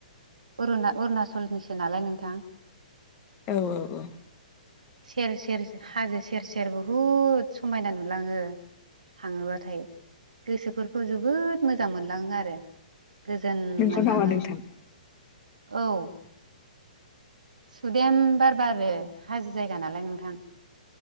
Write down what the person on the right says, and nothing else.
अरुणा अरुणाचलनिसो नालाय नोंथां।
सेर सेर हाजो सेर सेर बुहुद समायना नुलाङो। थाङोबाथाय गोसोफोरखौ जोबोद मोजां मोनलाङो आरो। गोजोन
मोनलाङो
औ। सुदेम बार बारो हाजो जायगा नालाय नोंथां।